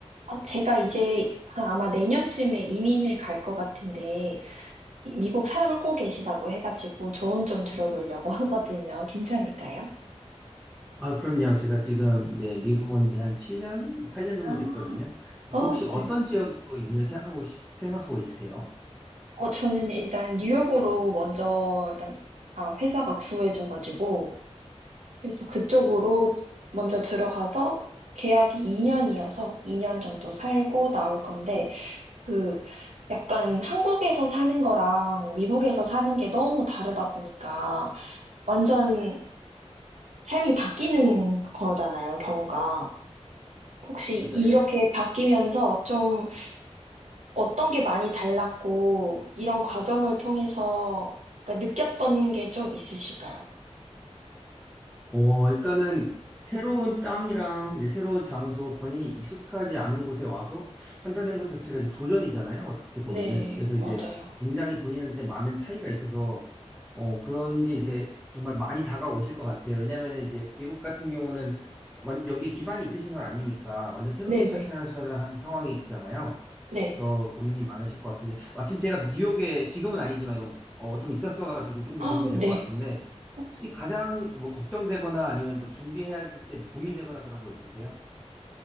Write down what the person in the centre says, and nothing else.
아, 그럼요. 제가 지금 이제 미국 온 지 한 7년, 8년 정도
됐거든요. 그래서
혹시 어떤
지역으로 이민을 생각하고, 시- 생각하고 있으세요?
맞아요.
어, 일단은 새로운 땅이랑 이제 새로운 장소, 본인이 익숙하지 않은 곳에 와서 한다는 것 자체가 이제 도전이잖아요. 어떻게 보면은.
그래서
이제 굉장히 본인한테 많은 차이가 있어서 어, 그런 게 이제 정말 많이 다가오실 것 같아요. 왜냐면은 이제 미국 같은 경우는 완전 여기에 기반이 있으신 건 아니니까 완전 새롭게
시작하셔야 하는 상황이잖아요.
그래서 고민이 많으실 것 같은데 마침 제가 뉴욕에 지금은 아니지만 어, 좀 있었어가지고 좀 더
도움이 될
것 같은데
혹시 가장 뭐 걱정되거나 아니면 뭐 준비해야 될 때 뭐 고민되거나 그런 거 있으세요?